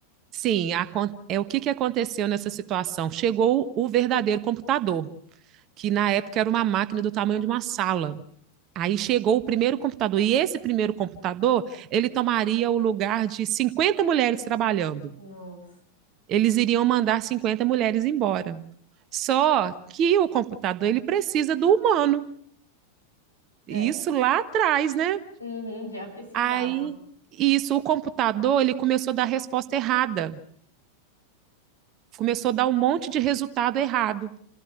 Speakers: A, on the right; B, on the left.
A: sim, acon- é o que que aconteceu nessa situação? Chegou o verdadeiro computador, que na época era uma máquina do tamanho de uma sala. Aí chegou o primeiro computador, e esse primeiro computador, ele tomaria o lugar de 50 mulheres trabalhando.
B: Nossa.
A: Eles iriam mandar 50 mulheres embora. Só que o computador, ele precisa do humano.
B: É.
A: E Isso lá atrás, né?
B: Uhum, já precisava.
A: Aí, isso, o computador, ele começou a dar resposta errada. Começou a dar um monte de resultado errado